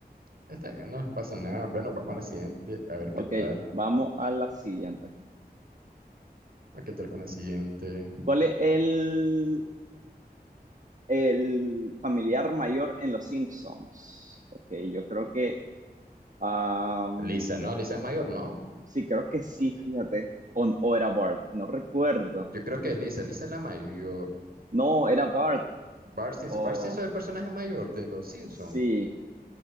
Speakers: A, on the right; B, on the right.
A: Está bien, no pasa nada, bueno, vamos a la siguiente, a ver
B: Ok,
A: qué tal,
B: vamos a la siguiente.
A: a qué tal con la siguiente.
B: ¿Cuál es el, el familiar mayor en Los Simpsons? Ok, yo creo que... am,
A: Lisa, no, Lisa es mayor, ¿no?
B: sí, creo que sí, fíjate. O, o era Bart, no recuerdo.
A: Yo creo que es Lisa, Lisa es la mayor.
B: No, era Bart.
A: Bart Simpson,
B: O
A: Bart Simpson es el personaje mayor de los Simpsons.
B: sí,